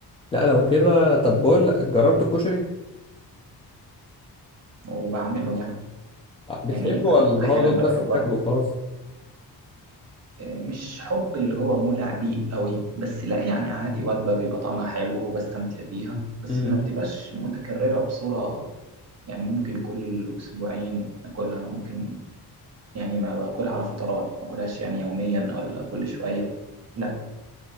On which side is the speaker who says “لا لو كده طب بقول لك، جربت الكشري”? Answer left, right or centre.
Left